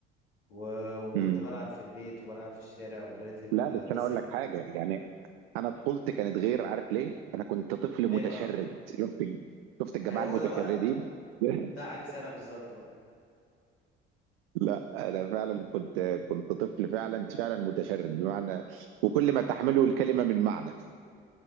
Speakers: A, on the left (about 70°); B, on the right (about 65°).
A: و... وكنت
B: مم.
A: بلعب في البيت وبلعب في الشارع وكانت ال...
B: لا بس
A: بس
B: انا اقول لك حاجه يعني انا طفولتي كانت غير عارف ليه انا كنت طفل
A: ليه
B: متشرد
A: بقى
B: شفت شفت الجماعه
A: ايوه
B: المتشردين
A: هو ده بقى
B: <laughs>
A: ده عكس انا بالظبط بقى
B: لا انا فعلا كنت كنت طفل فعلا فعلا متشرد بمعنى وكل ما تحمله الكلمه من معنى